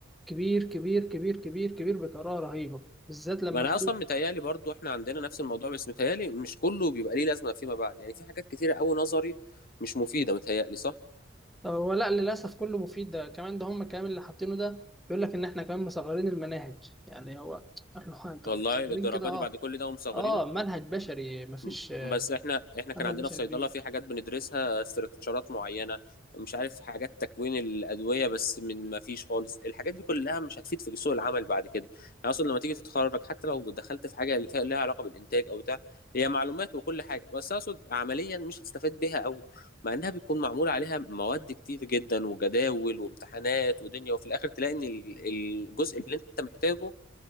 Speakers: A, in the centre; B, on the left.
A: كبير كبير كبير كبير كبير بطريقه رهيبه بالذات لما
B: ما انا
A: خل
B: اصلا متهيالي برضو احنا عندنا نفس الموضوع بس متهيالي مش كله بيبقى ليه لازمة فيما بعد يعني في حاجات كتيرة قوي نظري مش مفيدة متهيألي صح
A: هو لا للاسف كله مفيد ده كمان ده هم كمان اللي حاطينه ده بيقول لك ان احنا كمان مصغرين المناهج يعني هو <laughs> احنا هو انتوا
B: والله
A: مصغرين
B: للدرجه
A: كده اه
B: دي بعد كل ده ومصغرينه
A: اه منهج بشري مفيش
B: م- بس احنا احنا كان
A: منهج
B: عندنا
A: بشري
B: في صيدله
A: كبير
B: في حاجات بندرسها استراكشرات معينه مش عارف حاجات تكوين الادويه بس من ما فيش خالص الحاجات دي كلها مش هتفيد في سوق العمل بعد كده يعني اصلا لما تيجي تتخرج حتى لو دخلت في حاجه اللي فيها لها علاقه بالانتاج او بتاع هي معلومات وكل حاجه بس اقصد عمليا مش هتستفاد بيها قوي مع انها بيكون معمول عليها مواد كتير جدا وجداول وامتحانات ودنيا وفي الاخر تلاقي ان ال- الجزء اللي انت محتاجه